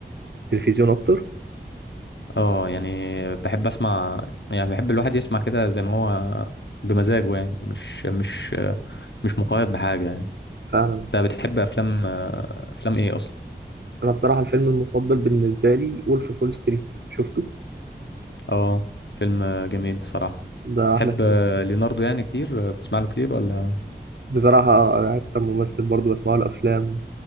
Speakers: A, on the right (about 65°); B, on the left (about 70°).
A: والتلفزيون اكتر
B: اه يعني بحب اسمع يعني بحب الواحد يسمع كده زي ما هو بمزاجه يعني مش مش مش مقيد بحاجه يعني
A: فعلا
B: انت بتحب افلام آه، افلام ايه اصلا
A: انا بصراحه الفيلم المفضل بالنسبه لي وولف فول ستريت شفته
B: اه فيلم آه، جميل بصراحه
A: ده احلى
B: تحب
A: فيلم
B: آه، ليوناردو يعني كتير آه، بتسمع له كتير ولا
A: بصراحه آه، انا اكتر ممثل برضو بسمع له افلام